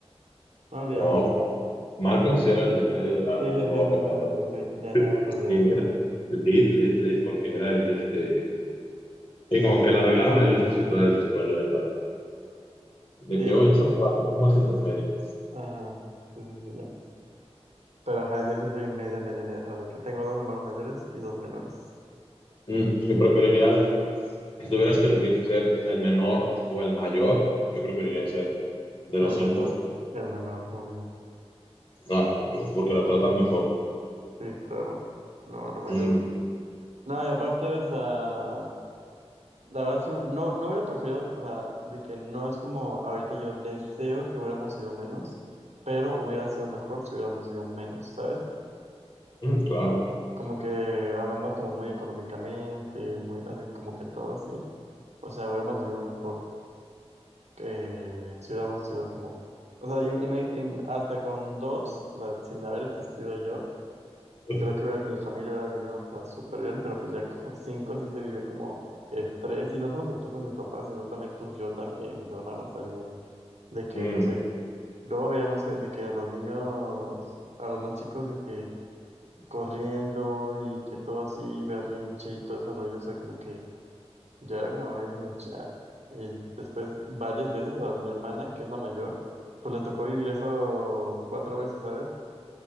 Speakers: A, on the right (about 85°); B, on the left (about 50°).
A: No olvídalo.
B: Wow. Malcolm sí era el de en medio. Ah, bueno,
A: Sí, sí,
B: ya
A: sí,
B: me
A: sí,
B: voy a poner.
A: sí,
B: a
A: sí,
B: hablar.
A: sí, sí. Ya,
B: <laughs>
A: ya me acordé,
B: Sí,
A: ya me acordé.
B: era. Lit, lit, lit, porque era el este. Y como que le arreglaron ahí los escritores después de, esa- de
A: Sí,
B: que,
A: X.
B: oye, son cuatro, ¿cómo es el de en medio?
A: Ajá. Sí, sí, sí, ya. me- Pero ajá, yo sí soy media, media, media, ¿sabes? Que tengo dos hermanos mayores y dos menores.
B: Mm, ¿Y preferirías, si tuvieras que elegir si ser el menor o el mayor, qué preferirías ser de
A: El
B: los cinco?
A: menor, el menor, obvio.
B: No, porque, porque lo tratan mejor.
A: Sí, claro. No, el mayor.
B: Mm,
A: No, y aparte, o sea. La verdad, sí, no, no hubiera preferido, o sea, de que no es como ahorita yo deseo que hubiéramos sido menos, pero hubiera sido mejor si hubiéramos sido menos, ¿sabes?
B: mm, claro.
A: Como que hablando como muy económicamente, muy así, como que todo así. O sea, hubiéramos vivido mejor eh, si hubiéramos sido como, o sea, y- y me- y hasta con dos, o sea, sin haber existido yo,
B: <laughs>
A: Creo que hubiera- mi familia hubiera vivido, o sea, súper bien, pero pues ya con cinco sí se vive como estrés, y no solo se estresan mis papás, sino también pues yo también, mis hermanos también, de que
B: Mm,
A: pues ahí, luego veíamos que- de que a los niños, a los más chicos de que corriendo y que todo así berrinche y todo ese rollo, o sea, como que ya era como, ay, bueno, ya. Y después varias veces a mi hermana, que es la mayor, pues le tocó vivir eso cuatro veces, ¿sabes?